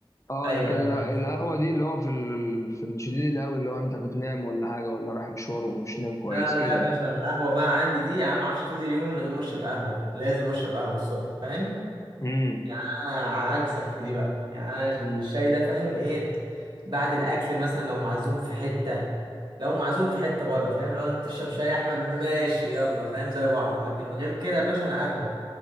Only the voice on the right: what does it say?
ايوه
ايوه أنا
عارف.
لا لا
يا باشا
أنا القهوه بقى عندي دي يا عم ما اعرفش ابتدي اليوم من غير ما اشرب قهوه لازم اشرب قهوه الصبح فاهم
يعني انا عكسك في دي بقى يعني انا الشاي ده فاهم ايه بعد الاكل مثلا لو معزوم في حته لو معزوم في حته بره فاهم لو انت تشرب شاي يا احمد ماشي يلا فاهم زي بعض لكن غير كده يا باشا انا قهوه